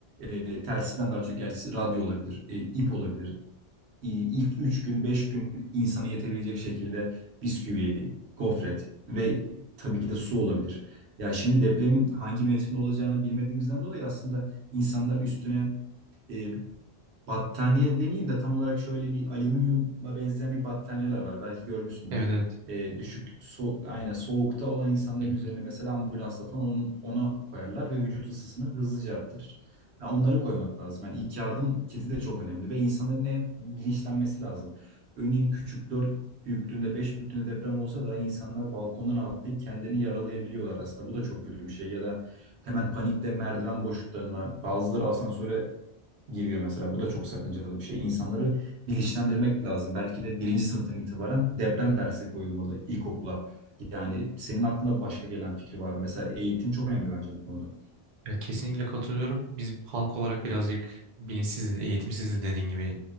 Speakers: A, on the right; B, on the right.
A: e, telsizden daha çok gerçi radyo olabilir, e, ip olabilir, e, ilk 3 gün 5 gün insana yetebilecek şekilde bisküvi, gofret ve tabii ki de su olabilir. Ya şimdi depremin hangi mevsimde olacağını bilmediğimizden dolayı aslında insanlar üstüne e, battaniye demeyeyim de tam olarak şöyle bir alüminyuma benzeyen bir battaniyeler var. Belki görmüşsündür.
B: Evet evet.
A: Ee, düşük so aynen soğukta olan insanların
B: Hı hı.
A: üzerine mesela ambulansta falan onun- ona koyarlar ve vücut ısısını hızlıca arttırır. Yani onları koymak lazım. Yani ilk yardım kiti de çok önemli ve insanların en bilinçlenmesi lazım. Örneğin küçük 4 büyüklüğünde 5 büyüklüğünde deprem olsa da insanlar balkondan atlayıp kendilerini yaralayabiliyorlar aslında. Bu da çok kötü bir şey. Ya da hemen panikte merdiven boşluklarına bazıları asansöre giriyor mesela. Bu da çok sakıncalı bir şey. İnsanları bilinçlendirmek lazım. Belki de birinci sınıftan itibaren deprem dersi koyulmalı ilkokula. Yani senin aklına başka gelen fikri var. mı? Mesela eğitim çok önemli bence bu konuda.
B: Ya kesinlikle katılıyorum. Biz halk olarak birazcık bilinçsiziz, eğitimsiziz dediğin gibi.